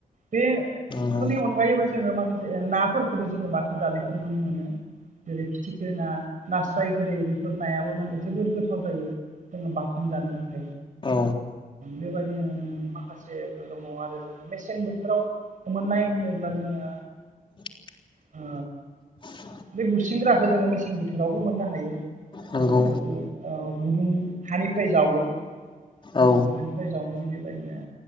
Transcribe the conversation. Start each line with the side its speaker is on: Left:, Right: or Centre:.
Right: बेफोरनि
Left: नंगौ
Right: अनगायैबो जोङो माखासे नाफोरखौबो जोङो बाथोन जानायखौ नुनो मोनो। जेरै फिथिखो ना नास्राय गोरै बेफोर नायाबो माने जोबोद गोथाव जायो। जोङो बाथोन जानो थाखाय
Left: औ
Right: बेबायदिनो माखासेफोर दङ आरो जोङो मेसें बोथोराव मोननाय होनोब्ला जोङो।
Left: <inaudible>
Right: ओ बे बुसिनग्राखो जोङो मेसें बोथोरावबो मोननो हायो।
Left: नंगौ
Right: बेखौ ओ गुबुं हानिफ्राय जावो।
Left: औ
Right: जों हानिफ्राय जावनानै बेबायदिनो